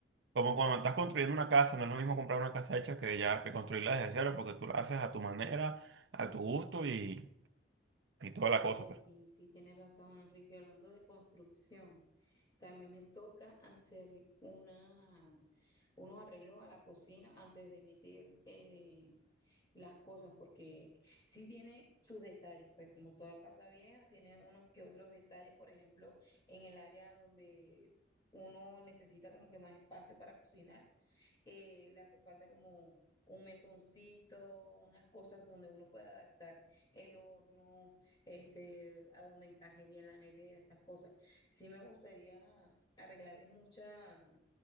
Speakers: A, on the right; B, on the left.
A: Como cuando estás construyendo una casa, no es lo mismo comprar una casa hecha que ya que construirla desde cero, porque tú la haces a tu manera, a tu gusto y, y toda
B: Sí,
A: la cosa, pues.
B: sí, sí, tienes razón, Enrique. Hablando de construcción, también me toca hacer una, unos arreglos a la cocina antes de meter eh, las cosas, porque sí tiene sus detalles, pues como toda casa vieja, tiene unos que otros detalles, por ejemplo, en el área donde uno necesita como que más espacio para cocinar, eh, le hace falta como un mesoncito, unas cosas donde uno pueda adaptar el horno este, a donde encaje bien la nevera, estas cosas. Sí me gustaría arreglarle muchas